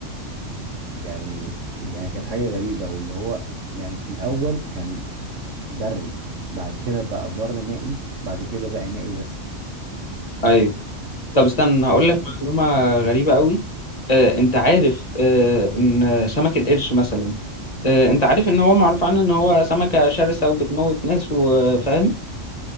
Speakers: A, on the right; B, on the left.
A: يعني يعني كانت حاجة غريبة واللي هو يعني في الأول كان بري بعد كده بقى بر مائي بعد كده بقى مائي بس
B: ايوه طب استنى هقول
A: ف...
B: لك معلومة غريبة قوي آه، انت عارف آه، ان سمك القرش مثلا آه، انت عارف ان هو معروف عنه ان هو سمكة شرسة وبتموت ناس وفاهم